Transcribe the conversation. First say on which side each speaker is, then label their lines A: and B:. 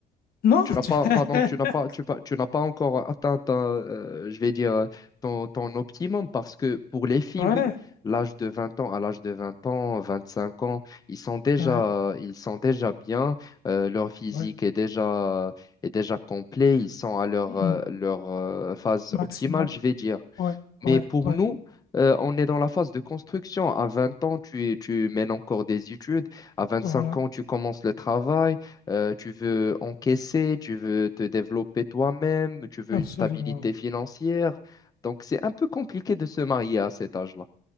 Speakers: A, on the left (about 60°); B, on the left (about 20°).
A: Non,
B: Tu n'as
A: tu-
B: pas,
A: <laughs>
B: pardon, tu n'as pas, tu, pas- tu n'as pas encore atteint, ta, euh, je vais dire, euh, ton, ton optimum parce que pour les filles,
A: ouais,
B: oui, l'âge de 20 ans, à l'âge de 20 ans, 25 ans, ils sont déjà,
A: ouais,
B: ils sont déjà bien, euh, leur physique
A: ouais,
B: est déjà, est déjà complet, ils sont à leur,
A: Mhm.
B: euh, leur euh, phase
A: maximum,
B: optimale, je vais dire.
A: ouais,
B: Mais
A: ouais,
B: pour
A: ouais,
B: nous, euh, on est dans la phase de construction. À 20 ans, tu, tu mènes encore des études. À 25
A: voilà,
B: ans, tu commences le travail. Euh, tu veux encaisser, tu veux te développer toi-même, tu veux
A: absolument.
B: une stabilité financière. Donc, c'est un peu compliqué de se marier à cet âge-là.